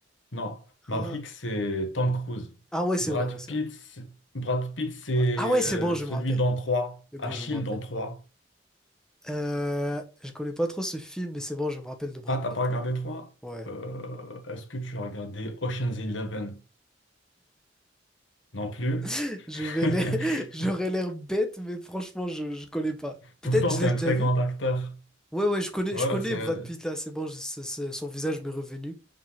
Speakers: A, on the left (about 80°); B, in the centre.
A: Non, Maverick,
B: Ah,
A: c'est Tom Cruise.
B: ah ouais, c'est
A: Brad
B: vrai, ouais, c'est
A: Pitt,
B: vrai.
A: c'est- Brad Pitt, c'est
B: Ah ouais, c'est
A: euh,
B: bon, je
A: celui
B: me rappelle.
A: dans 3.
B: C'est
A: Achille
B: bon, je me rappelle.
A: dans 3.
B: Euh, je connais pas trop ce film, mais c'est bon, je me rappelle de Brad
A: Ah, t'as
B: Pitt.
A: pas regardé 3?
B: Ouais.
A: Euh, est-ce que tu as regardé Ocean's Eleven? Non plus.
B: <laughs> Je vais
A: <laughs>
B: l'air... <laughs> J'aurais l'air bête, mais franchement, je, je connais pas. Peut-être
A: Pourtant,
B: je
A: c'est
B: l'ai
A: un
B: déjà
A: très
B: vu.
A: grand acteur.
B: Ouais, ouais, je connais,
A: Ouais,
B: je connais
A: c'est...
B: Brad Pitt là, c'est bon, je- c'est- c'est- son visage m'est revenu.